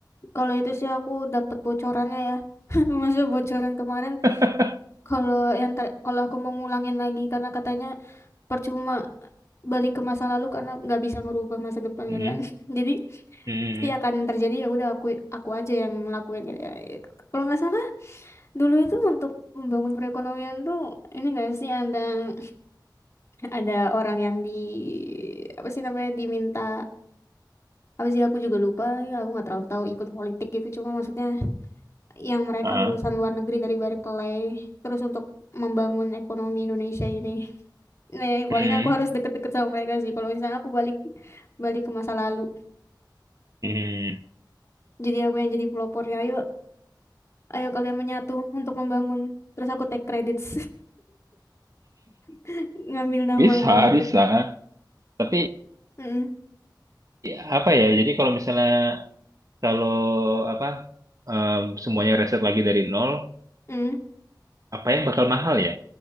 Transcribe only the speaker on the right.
<laughs>
Hmm,
hmm,
ah,
hmm,
hmm.
Bisa,
bisa. Tapi
ya, apa ya? Jadi kalau misalnya kalau apa em, semuanya reset lagi dari nol,
apa yang bakal mahal ya?